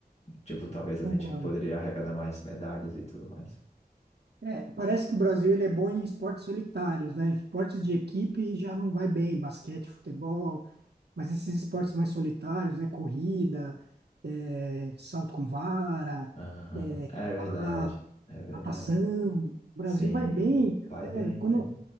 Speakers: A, on the left; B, on the right.
A: Tipo, talvez a
B: Concordo.
A: gente poderia arrecadar mais medalhas e tudo mais.
B: É, parece que o Brasil ele é bom em esportes solitários, né? Esportes de equipe já não vai bem, basquete, futebol, mas esses esportes mais solitários, né? Corrida, é, salto com vara,
A: Aham,
B: é,
A: É
B: cavalo.
A: verdade, é verdade.
B: natação, o Brasil
A: Sim,
B: vai bem.
A: vai
B: É,
A: bem,
B: quando,
A: né?